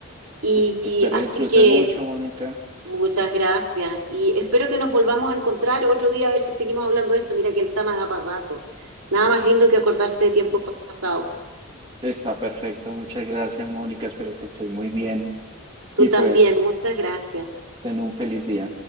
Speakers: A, on the right; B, on the right.
A: Y,
B: Eh,
A: y
B: Espero
A: así
B: disfrutes
A: que
B: mucho, Mónica.
A: muchas gracias y espero que nos volvamos a encontrar otro día a ver si seguimos hablando de esto. Mira que el tema da para rato. Nada más lindo que acordarse de tiempos pasados.
B: Está perfecto. Muchas gracias, Mónica. Espero que estés muy bien.
A: Tú
B: Y
A: también,
B: pues,
A: muchas gracias.
B: ten un feliz día.